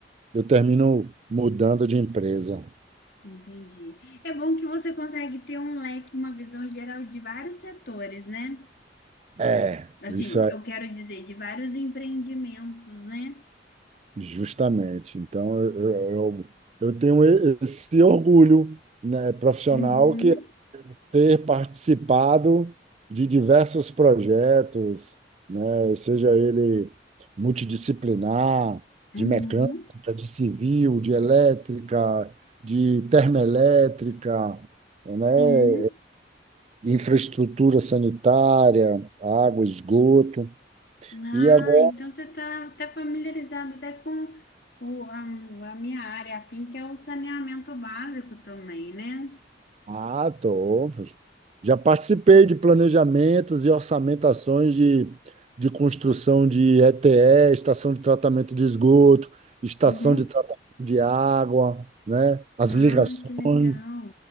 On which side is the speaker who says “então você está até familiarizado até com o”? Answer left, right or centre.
Left